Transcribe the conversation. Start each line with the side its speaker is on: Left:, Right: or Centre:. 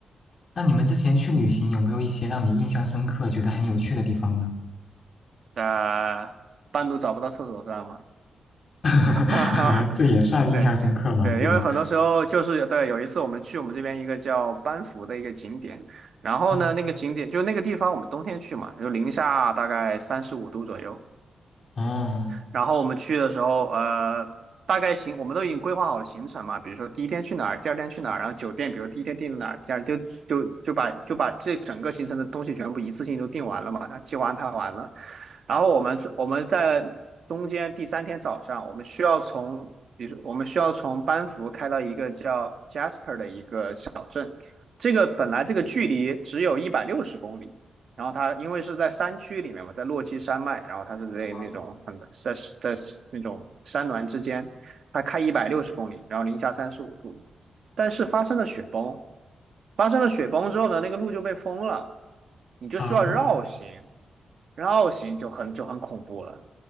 Left: 那你们之前去旅行有没有一些让你印象深刻、觉得很有趣的地方呢？
Right: 呃，半路找不到厕所算吗？
Left: <laughs>
Right: <laughs> 哈哈
Left: 这也算印象深刻吗？
Right: 对，对，
Left: 对吧？
Right: 因为很多时候就是对，有一次我们去我们这边一个叫班夫的一个景点，然后呢，
Left: 嗯，
Right: 那个景点就那个地方我们冬天去嘛，就零下大概三十五度左右，
Left: 哦，
Right: 然后我们去的时候，呃，大概行，我们都已经规划好了行程嘛，比如说第一天去哪儿，第二天去哪儿，然后酒店，比如第一天定哪儿，第二天就就就把就把这整个行程的东西全部一次性都定完了嘛，计划安排完了。然后我们我们在中间第三天早上，我们需要从，比如说我们需要从班夫开到一个叫 Jasper 的一个小镇，这个本来这个距离只有一百六十公里，然后它因为是在山区里面嘛，在落基山脉，然后它是在那种很在
Left: 哦，
Right: 在那种山峦之间，它开一百六十公里，然后零下三十五度，但是发生了雪崩，发生了雪崩之后呢，那个路就被封了，你就需要绕行，
Left: 啊。
Right: 绕行就很就很恐怖了，